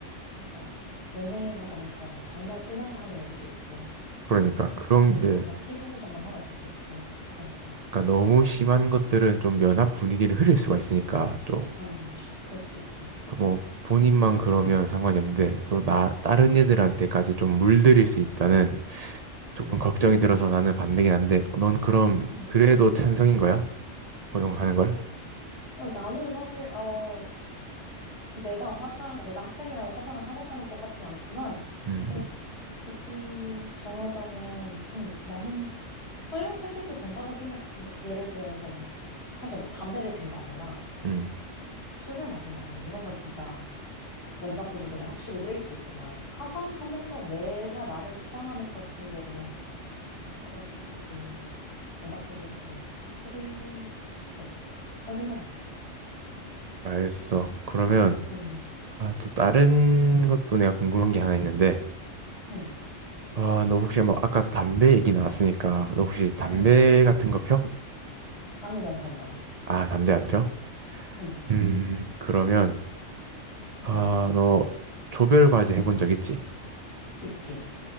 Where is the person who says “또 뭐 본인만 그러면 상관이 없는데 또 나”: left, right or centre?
Right